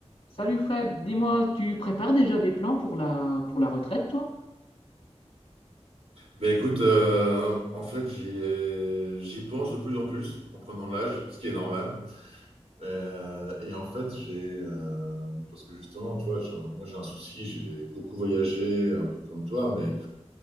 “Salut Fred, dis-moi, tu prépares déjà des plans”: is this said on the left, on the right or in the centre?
Left